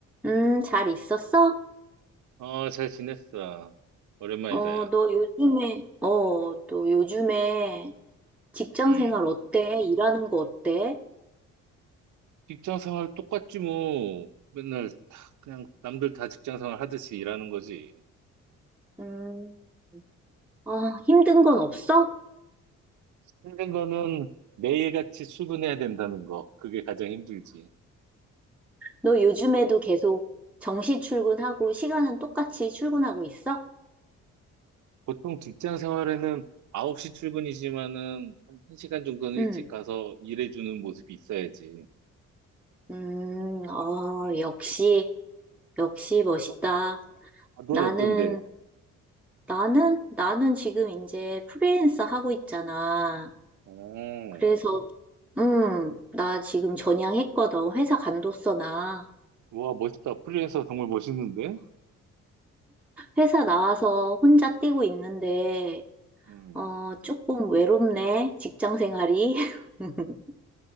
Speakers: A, in the centre; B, on the right.
A: 음, 잘 있었어?
B: 어, 잘 지냈어. 오랜만이다,
A: 어,
B: 야.
A: 너 요즘에, 어, 너 요즘에 직장
B: 음
A: 생활 어때? 일하는 거 어때?
B: 직장 생활 똑같지, 뭐. 맨날 다, 그냥 남들 다 직장 생활 하듯이 일하는 거지.
A: 음, 아, 힘든 건 없어?
B: 힘든 거는 매일같이 출근해야 된다는 거. 그게 가장 힘들지.
A: 너 요즘에도 계속 정시 출근하고 시간은 똑같이 출근하고 있어?
B: 보통 직장 생활에는 9시 출근이지만은 한 1시간 정도는 일찍
A: 응.
B: 가서 일해주는 모습이 있어야지.
A: 음, 어,
B: 음.
A: 역시, 역시 멋있다.
B: 너, 아, 넌
A: 나는,
B: 어떤데?
A: 나는, 나는 지금 이제 프리랜서 하고 있잖아.
B: 음.
A: 그래서, 음, 나 지금 전향했거든. 회사 간뒀어, 나.
B: 와, 멋있다. 프리랜서 정말 멋있는데?
A: 회사 나와서 혼자 뛰고 있는데,
B: 음.
A: 어, 조금 외롭네. 직장 생활이. <laughs>